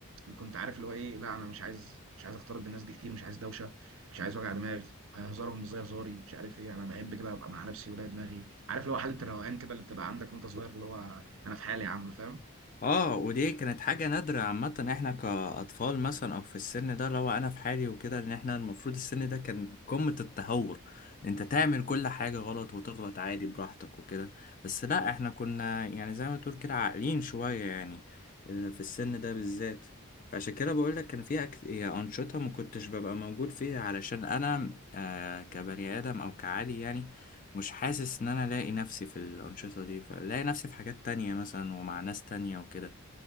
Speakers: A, on the right; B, on the left.
A: كنت عارف اللي هو إيه لا أنا مش عايز مش عايز أختلط بالناس دي كتير مش عايز دوشة مش عايز وجع دماغ هزارهم مش زي هزاري مش عارف إيه أنا بحب كده أبقى مع نفسي ولا دماغي عارف اللي هو حالة الروقان كده اللي بتبقى عندك وأنت صغير اللي هو أنا في حالي يا عم فاهم؟
B: اه ودي كانت حاجة نادرة عامة احنا كأطفال مثلا او في السن ده لو انا في حالي وكده ان احنا المفروض السن ده كان قمة التهور إن انت تعمل كل حاجة غلط وتغلط عادي براحتك وكده بس لا احنا كنا يعني زي ما تقول كده عاقلين شوية يعني ال- في السن ده بالذات فعشان كده بقول لك كان في أكت... يعني أنشطة ما كنتش ببقى موجود فيها علشان أنا آه كبني آدم أو كعادي يعني مش حاسس إن أنا لاقي نفسي في الأنشطة دي فلاقي نفسي في حاجات تانية مثلا ومع ناس تانية وكده